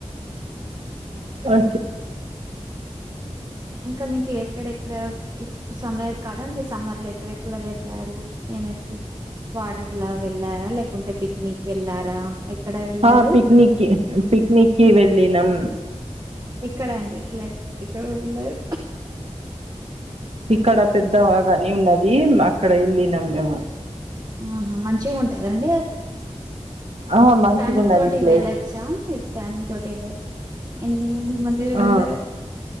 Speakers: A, on the right (about 60°); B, on the right (about 30°).
A: అ
B: ఇంకా మీకు ఎక్కడెక్కడ సమ్మర్ కదండి సమ్మర్ లో ఎక్కడెక్కడ వెళ్ళారు <unintelligible> వాటర్ లో వెళ్ళారా లేకుంటే పిక్నిక్ వెళ్ళారా ఎక్కడ వెళ్ళారు
A: ఆ పిక్నిక్ పిక్నిక్కిి వెళ్ళినం
B: ఇక్కడ అండి ఇక్కలా ఇక్కడ వెళ్ళారు
A: ఇక్కడ పెద్దవాగాని ఉన్నది అక్కడ వెళ్ళిన మేము
B: ఉహూ మంచిగా ఉంటుందండి అక్కడ
A: ఆ, మంచిగా
B: ఫ్యామిలీ
A: ఉన్నది
B: తోటి
A: ప్లేస్
B: వెళ్ళచ్చా మీ ఫ్యామిలీ తోటి ఎన్ని మంది వెళ్ళ
A: ఆ,